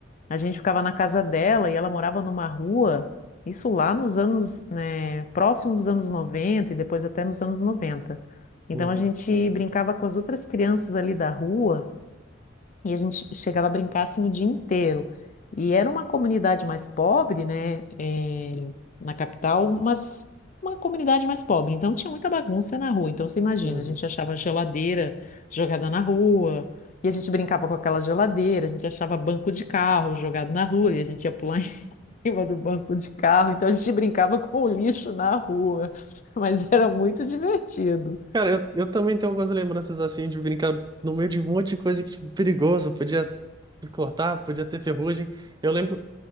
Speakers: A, on the left; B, on the right.
A: a gente ficava na casa dela e ela morava numa rua, isso lá nos anos, né, próximo dos anos 90 e depois até nos anos noventa Então
B: uhum,
A: a gente brincava com as outras crianças ali da rua e a gente chegava a brincar assim o dia inteiro. E era uma comunidade mais pobre, né? eh, na capital, mas uma comunidade mais pobre. Então tinha muita bagunça na rua. Então você imagina,
B: uhum.
A: a gente achava geladeira jogada na rua, e a gente brincava com aquela geladeira, a gente achava banco de carro jogado na rua, e a gente ia pular <laughs> em cima do banco de carro. Então a gente brincava com o lixo na rua. <laughs> Mas era muito divertido.
B: Cara, eu, eu também tenho algumas lembranças, assim, de brincar no meio de um monte de coisa que, tipo, perigoso. Podia cortar, podia ter ferrugem. Eu lembro...